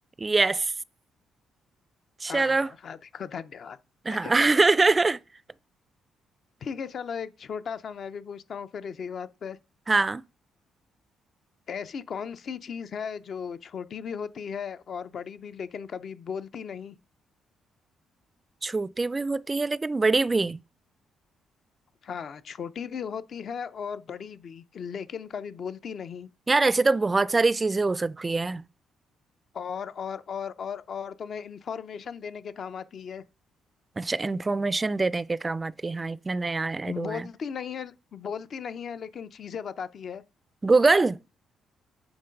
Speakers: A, on the right (about 25°); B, on the left (about 55°).
A: यस चलो
B: हाँ हाँ हाँ, देखो धन्यवाद
A: हाँ
B: <laughs>
A: <laughs>
B: ठीक है चलो एक छोटा सा मैं भी पूछता हूँ फिर इसी बात पे
A: हाँ
B: ऐसी कौन सी चीज है जो छोटी भी होती है और बड़ी भी लेकिन कभी बोलती नहीं
A: छोटी भी होती है लेकिन बड़ी भी
B: हाँ छोटी भी होती है और बड़ी भी लेकिन कभी बोलती नहीं
A: यार ऐसे तो बहुत सारी चीजें हो सकती है
B: और और और और और तुम्हें इंफॉर्मेशन देने के काम आती है
A: अच्छा इंफॉर्मेशन देने के काम आती है हाँ इतना नया आया हुआ
B: बोलती
A: है
B: नहीं है बोलती नहीं है लेकिन चीजें बताती है
A: गूगल